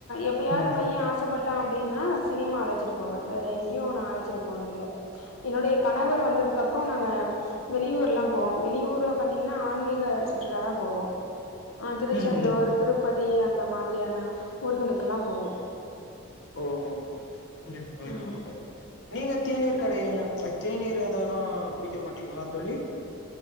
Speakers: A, on the left (about 80°); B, on the left (about 55°).
A: எப்பயாது
B: ஆ
A: பைய ஆச பட் டா அப்டின்னா சினிமா அழச்சிட்டு போவே வேற எங்கயு நா அழச்சிட்டு போனதில்ல என்னுடைய கணவர் வந்ததுக்கு அப்றோ நாங்க வெளியூர்லா போவோ வெளியூர பாத்தீங்ன்னா ஆன்மீக சுற்றுலா தா போவோ ஆ திருச்செந்தூர்
B: ம் ம்
A: திருப் பதி அந்த மாதுரியான ஊர்களுக்குலா போவோ
B: ஓ கூட்டிட்டு போயினு
A: ஆமா
B: இப்ப நீங்க தேநீர் கடைல தேநீர் அதல்லா குடிக்க மாட்டீங்ளா தோழி